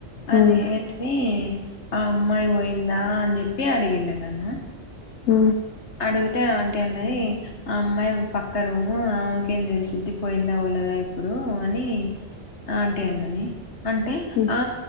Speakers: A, on the left; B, on the left.
A: హ్మ్
B: అదీ అది ఆ అమ్మాయి పోయిందా అని చెప్పి అడిగిండు నన్ను
A: ఉ
B: అడుగుతే ఆంటి అన్నది ఆ అమ్మాయి పక్క రూము ఆమెకేం తెలిసిద్ది పోయిందా పోలేదా ఇప్పుడు అని ఆంటి అన్నది అంటే
A: హ్మ్
B: ఆ